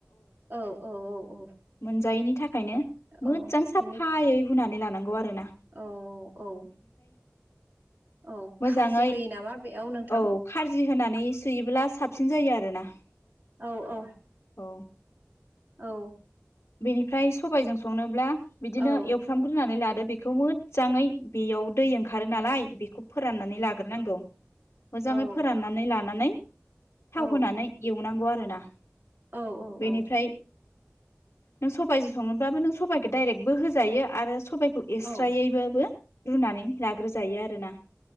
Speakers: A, on the right; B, on the left.
A: औ औ औ औ
B: मोनजायैनि थाखायनो मोजां
A: औ
B: साफायै
A: बेनि
B: हुनानै लानांगौ आरो ना
A: औ औ औ
B: मोजाङै
A: खारजि होयो नामा बेयाव नोंथां?
B: औ खारजि होनानै सुयोबोला साबसिन जायो आरोना <unintelligible>
A: औ औ
B: औ
A: औ
B: बेनिफ्राय सबायजों संनोब्ला बिदिनो
A: औ
B: एवफ्रामग्रोनानै ला दो आरो बेखौ मोजाङै बेयाव दै ओंखारो नालाय बेखौ फोराननानै लाग्रोनांगौ मोजाङै
A: औ
B: फोराननानै लानानै
A: औ
B: थाव होनानै एवनांगौ आरोना
A: औ औ
B: बेनिफ्राय
A: औ
B: नों सबाइजों संनोब्लाबो नों सबाइखौ डाइरेक्टबो होजायो आरो सबायखौ खौ एस्रायैबाबो
A: औ
B: रुनानै लाग्रोजायो आरोना